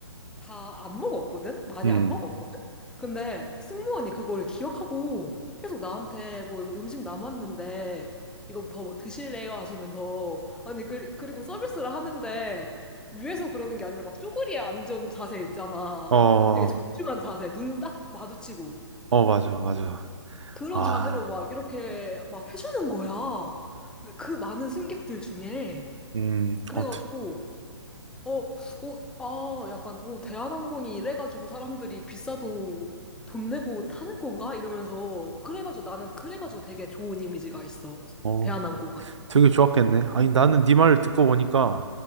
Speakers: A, in the centre; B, on the right (about 75°).
A: 다 안 먹었거든? 많이
B: 음,
A: 안 먹었거든? 근데 승무원이 그걸 기억하고 계속 나한테 뭐 이거 음식 남았는데 이거 더뭐 드실래요? 하시면서 아니 그, 그리고 서비스를 하는데 위에서 그러는 게 아니라 막 쪼그리에 앉은 자세 있잖아.
B: 어, 어,
A: 되게 정중한 어. 자세, 눈 딱 마주치고
B: 맞아, 맞아.
A: 그런
B: 와,
A: 자세로 막 이렇게 막 해주는 거야. 근데 그 많은 승객들 중에
B: 음,
A: 그래가지고
B: 어, 트-
A: 어, 어, 아, 약간, 어, 대한항공이 이래가지고 사람들이 비싸도 돈 내고 타는 건가? 이러면서, 그래가지고 나는, 그래가지고 되게 좋은 이미지가 있어.
B: 어,
A: 대한항공은.
B: 되게 좋았겠네. 아니, 나는 네 말을 듣고 보니까